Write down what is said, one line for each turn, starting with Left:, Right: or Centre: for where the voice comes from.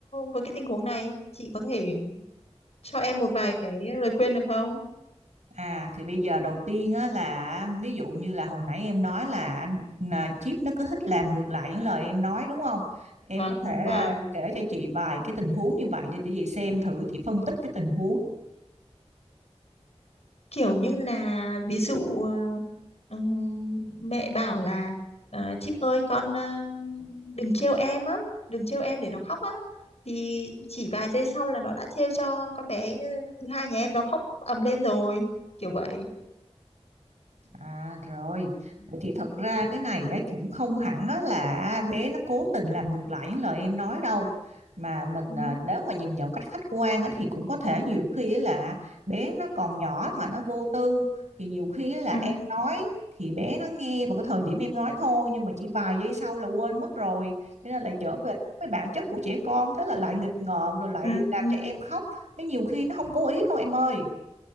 Left: với cái tình huống này chị có thể cho em một vài cái lời khuyên được không
Right: À thì bây giờ đầu tiên á là ví dụ như là hồi nãy em nói là anh là Chip nó cứ thích làm ngược lại những lời em nói đúng không? Em
Left: vâng
Right: có thể
Left: vâng
Right: à, kể cho chị vài cái tình huống như vậy để chị xem thử chị phân tích cái tình huống
Left: kiểu như là ví dụ ờ, ừm, mẹ bảo là ờ, Chip ơi con ờ, đừng trêu em á đừng trêu em để nó khóc á thì chỉ vài giây sau là nó đã trêu cho con bé ờ, thứ hai nhà em nó khóc ầm lên rồi kiểu vậy
Right: À rồi,
Left: ừ.
Right: vậy thì thật ra cái này á, thì cũng không hẳn á, là bé nó cố tình làm ngược lại những lời em nói đâu. Mà mình
Left: Ừ.
Right: à, nếu mà nhìn nhận cách khách quan á, thì cũng có thể nhiều khi á, là bé nó còn nhỏ mà nó vô tư. Thì nhiều khi á, là
Left: Ừ.
Right: em nói thì bé nó nghe vào cái thời điểm em nói thôi. Nhưng mà chỉ vài giây sau là quên mất rồi. Cho nên lại trở về đúng cái bản chất của trẻ con. Thế là lại nghịch ngợm rồi lại
Left: Ừ.
Right: làm
Left: Ừ.
Right: cho em khóc. Chứ nhiều khi nó không cố ý đâu em ơi.